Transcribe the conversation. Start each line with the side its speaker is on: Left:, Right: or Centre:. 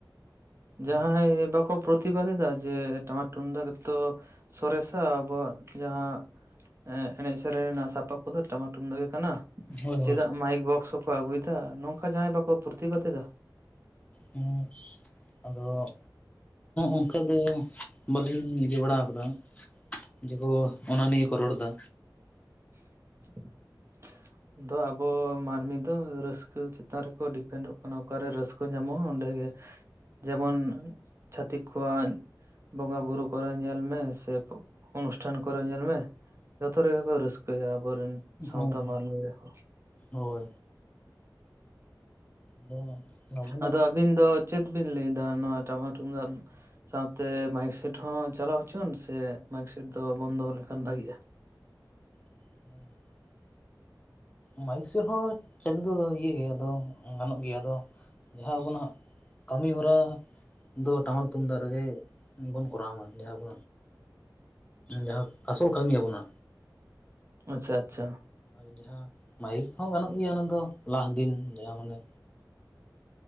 Left: ᱦᱳᱭ
Right: ᱡᱟᱦᱟᱸᱭ ᱵᱟᱠᱚᱼᱼ ᱯᱨᱚᱛᱤᱵᱟᱫ ᱮᱫᱟ ᱡᱮ ᱴᱟᱢᱟᱠ ᱴᱩᱢᱫᱟᱜ ᱛᱚ ᱥᱚᱨᱮᱥᱟ ᱟᱵᱚᱣᱟᱜ ᱡᱟᱦᱟᱸ, ᱮᱱᱮᱡ ᱥᱮᱨᱮᱧ ᱨᱮᱱᱟᱜ ᱥᱟᱯᱟᱵ ᱠᱚᱫᱚ ᱴᱟᱢᱟᱠ ᱴᱩᱢᱫᱟᱜ ᱜᱮ ᱠᱟᱱᱟ᱾
Left: ᱦᱳᱭ
Right: ᱪᱮᱫᱟᱜ ᱢᱟᱭᱤᱠ ᱵᱚᱠᱥ ᱦᱚᱸᱠᱚ ᱟᱹᱜᱩᱭᱮᱫᱟ ᱱᱚᱝᱠᱟ ᱡᱟᱦᱟᱸᱭ ᱵᱟᱠᱚ ᱯᱨᱚᱛᱤᱵᱟᱫ ᱮᱫᱟ?
Left: ᱦᱮᱸ ᱟᱫᱚ ᱚᱱᱠᱟ ᱫᱚ ᱵᱟᱹᱞᱤᱧ ᱤᱭᱟᱹ ᱵᱟᱲᱟ ᱟᱠᱟᱫᱟ᱾ ᱡᱮᱠᱚ ᱚᱱᱟ ᱱᱤᱭᱮ ᱠᱚ ᱨᱚᱲᱫᱟ᱾
Right: <unintelligible> ᱫᱚ ᱟᱵᱚ ᱢᱟᱹᱱᱢᱤ ᱫᱚ ᱨᱟᱹᱥᱠᱟᱹ ᱪᱮᱛᱟᱱ ᱨᱮᱠᱚ ᱰᱤᱯᱮᱱᱰᱚᱜ ᱠᱟᱱᱟ ᱚᱠᱟᱨᱮ ᱨᱟᱹᱥᱠᱟᱹ ᱠᱚ ᱧᱟᱢᱚᱜᱼᱟ ᱚᱸᱰᱮ ᱜᱮ, ᱡᱮᱢᱚᱱ ᱪᱷᱟᱛᱤᱠ ᱠᱚᱣᱟᱜ ᱵᱚᱸᱜᱟ ᱵᱩᱨᱩ ᱠᱚᱨᱮ ᱧᱮᱞ ᱢᱮ ᱥᱮ ᱚᱱᱩᱥᱴᱷᱟᱱ ᱠᱚᱨᱮ ᱧᱮᱞ ᱢᱮ᱾ ᱡᱚᱛᱚ ᱨᱮᱜᱮ ᱠᱚ ᱨᱟᱹᱥᱠᱟᱹᱭᱟ ᱟᱵᱚᱨᱮᱱ᱾ ᱥᱟᱶᱛᱟ
Left: ᱦᱮᱸ
Right: ᱢᱟᱹᱱᱢᱤ ᱨᱮᱦᱚᱸ
Left: ᱦᱳᱭ ᱟᱫᱚ ᱱᱟᱥᱮᱱᱟᱜ
Right: ᱟᱫᱚ ᱟᱹᱵᱤᱱ ᱫᱚ ᱪᱮᱫ ᱵᱤᱱ ᱞᱟᱹᱭᱫᱟ ᱱᱚᱣᱟ ᱴᱟᱢᱟᱠ ᱛᱩᱢᱫᱟᱜ ᱨᱮᱱᱟᱠ? ᱥᱟᱶᱛᱮ ᱢᱟᱭᱤᱠ ᱥᱮᱴ ᱦᱚᱸ ᱪᱟᱞᱟᱣ ᱦᱚᱪᱚ, ᱥᱮ ᱢᱟᱭᱤᱠ ᱥᱮᱴ ᱫᱚ ᱵᱚᱱᱫᱚ ᱞᱮᱠᱷᱟᱱ ᱵᱷᱟᱜᱤᱜᱼᱟ?
Left: <unintelligible> ᱢᱟᱭᱤᱠ ᱥᱮᱫᱴ ᱦᱚᱸ ᱪᱟᱹᱞᱩ ᱫᱚ ᱤᱭᱟᱹ ᱜᱤᱭᱟ. ᱟᱫᱚ ᱜᱟᱱᱚᱜ ᱜᱮᱭᱟ ᱟᱫᱚ᱾ ᱡᱟᱦᱟᱸ ᱟᱵᱚᱱᱟᱜ ᱠᱟᱹᱢᱤ ᱦᱚᱨᱟ ᱫᱚ ᱴᱟᱢᱟᱠ ᱛᱩᱢᱫᱟᱜ ᱨᱮᱜᱮ ᱵᱚᱱ ᱠᱚᱨᱟᱣ ᱢᱟ ᱡᱟᱦᱟᱸ ᱟᱵᱚ ᱡᱟᱦᱟᱸ ᱟᱥᱚᱞ ᱠᱟᱹᱢᱤ ᱟᱵᱚᱱᱟ
Right: ᱟᱪᱷᱟ ᱟᱪᱷᱟ
Left: ᱟᱨ ᱡᱟᱦᱟᱸ ᱢᱟᱭᱤᱞ ᱠᱚᱦᱚᱸ ᱜᱟᱱᱚᱜ ᱜᱮᱭᱟ ᱚᱱᱟ ᱫᱚ ᱞᱟᱦ ᱫᱤᱱ ᱡᱟᱦᱟᱸ ᱢᱟᱱᱮ